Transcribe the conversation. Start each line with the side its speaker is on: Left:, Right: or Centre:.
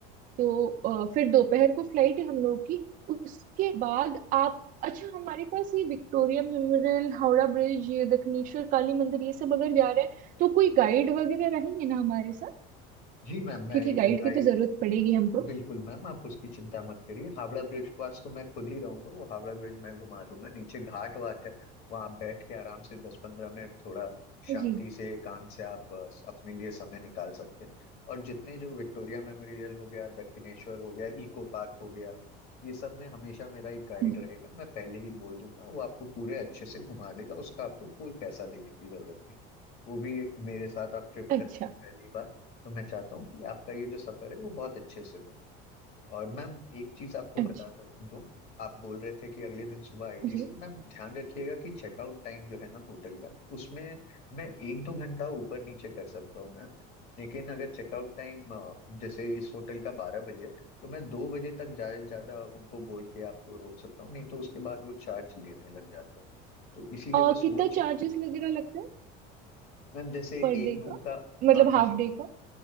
Right: तो अ, फिर दोपहर को फ्लाइट है हम लोग की उसके बाद आप अच्छा हमारे पास ये विक्टोरिया मेमोरियल हावड़ा ब्रिज ये दक्षिणेश्वर काली मंदिर ये सब अगर जा रहे हैं तो कोई गाइड वगैरह रहेंगे ना हमारे साथ
Left: जी मैम मैं
Right: क्योंकि
Left: एक
Right: गाइड
Left: गाइड
Right: की तो जरूरत पड़ेगी हमको
Left: बिल्कुल मैम आप उसकी चिंता मत करिए हावड़ा ब्रिज के पास तो मैं खुद ही रहूंगा वो हावड़ा ब्रिज मैं घुमा दूंगा नीचे घाट वाट है वहां आप बैठ के आराम से दस पंद्रह मिनट थोड़ा शांति
Right: जी
Left: से एकांत से आप अ, अपने लिए समय निकाल सकते हैं और जितने जो विक्टोरिया मेमोरियल हो गया दक्षिणेश्वर हो गया इको पार्क हो गया ये सब में हमेशा मेरा एक गाइड
Right: हाँ जी
Left: रहेगा मैं पहले ही बोल दूंगा वो आपको पूरे अच्छे से घुमा देगा उसका आपको कोई पैसा देने की जरूरत नहीं वो भी मेरे साथ आप ट्रिप
Right: अच्छा
Left: कर रहे हैं पहली बार तो मैं चाहता हूँ कि आपका ये जो सफर है वो बहुत अच्छे से हो और मैम एक चीज आपको
Right: अच्छा
Left: बता सक- दूं आप बोल रहे थे कि अगले दिन सुबह आईटीसी
Right: जी
Left: मैम ध्यान रखिएगा कि चेकआउट टाइम जो है ना होटल का उसमें मैं एक दो घंटा ऊपर नीचे कर सकता हूँ मैम लेकिन अगर चेकआउट टाइम जैसे इस होटल का बारह बजे है, तो मैं दो बजे तक ज्यादा से ज्यादा उनको बोल के आपको रोक सकता हूँ नहीं तो उसके बाद वो चार्ज लेने लग जाते हैं तो इसीलिए
Right: और
Left: बस
Right: कितना
Left: वो चीज
Right: चार्जेस वगैरह लगता है
Left: मैम जैसे
Right: पर डे
Left: एक रूम
Right: का
Left: का
Right: मतलब
Left: हाँ जी
Right: हाफ डे का